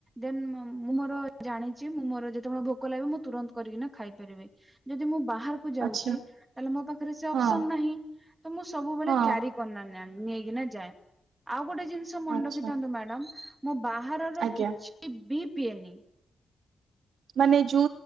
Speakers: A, on the right; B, on the right.
A: ଦେନ୍ ମୁଁ ମୋର ଜାଣିଛି ମୁଁ ମୋର ଯେତେବେଳେ ଭୋକ ଲାଗିବ, ମୁଁ ତୁରନ୍ତ କରିକିନା ଖାଇପାରିବି। ଯଦି ମୁଁ ବାହାରକୁ ଯାଉଛି
B: ଆଚ୍ଛା
A: ତାହାଲେ ମୋ ପାଖରେ ସେ ଅପସନ
B: ହଁ
A: ନାହିଁ ତ ମୁଁ ସବୁବେଳେ
B: ହଁ
A: କ୍ୟାରି <inaudible> ନେଇକିନା ଯାଏ ଆଉ ଗୋଟେ ଜିନିଷ ମନେ
B: ଆଚ୍ଛା
A: ରଖିଥାନ୍ତୁ ମ୍ୟାଡାମ। ମୁଁ ବାହାରର
B: ଆଜ୍ଞା
A: କିଛି ବି ପିଏନି।
B: ମାନେ ଜୁ